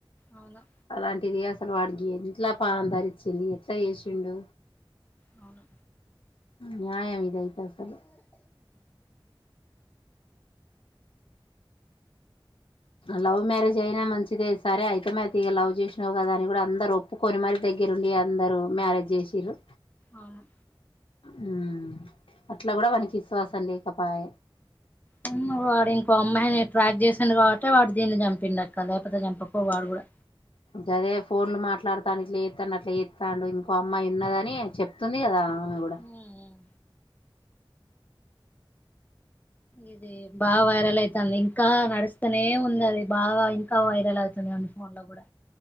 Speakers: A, on the left; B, on the left.
A: అవును
B: అలాంటిది యాద్ అసలు వాడికి ఇట్లా పానం ధరిచ్చింది ఎట్లా చేసిండు
A: అవును
B: న్యాయామ ఇదాయ్ పసలు లవ్ మ్యారేజ్ అయినా మంచిగా సరే అయితే మతి లవ్ చేసినావు కదా అని కూడా అందరు ఒప్పు కొని మరి దగ్గరు ఉండి అందరు మ్యారేజ్ చేసిండ్రు
A: అవును
B: హ్మ్ అట్లా కూడా వానికి విశ్వాసం లేకపాయ
A: అవును వాడు ఇంకో అమ్మాయిని ట్రాప్ చేసిండు కాబట్టి వాడు దీన్ని చంపిండు అక్క లేకపోతే చంపకపొవ వాడు కూడా
B: గాదే ఫోన్లు మాట్లాడతాను ఇట్లా చేత్తాండు అట్లా చేత్తాండు ఇంకో అమ్మాయి ఉన్నదని చెప్తుంది కదా ఆమె కూడా
A: హ్మ్ ఉ ఇది బాగా వైరల్ అయితాంది ఇంకా నడుస్తూనే ఉంది అది బాగా ఇంకా వైరల్ అవుతుంది అన్ని ఫోన్ లో కూడా